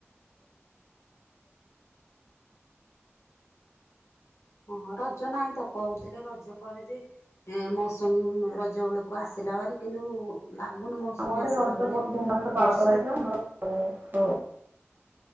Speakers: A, on the left (about 85°); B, on the right (about 45°).
A: ହଁ ରଜ ନାହିଁ ତ କହୁଥିଲେ ରଜ ପରେ ଯେ ଏ ମୌସୁମୀ ରଜ ବେଳକୁ ଆସିଲାଭାରି କିନ୍ତୁ ଲାଗୁନିଭମୌସୁମୀ
B: ଆମ ଆଡେ
A: ଆସିଲା
B: ରଜ
A: ଭଳିଆ
B: ବହୁତ ଧୁମଧାମରେ ପାଳନ
A: ବର୍ଷା
B: କରାଯାଇଥିଲା ଆମର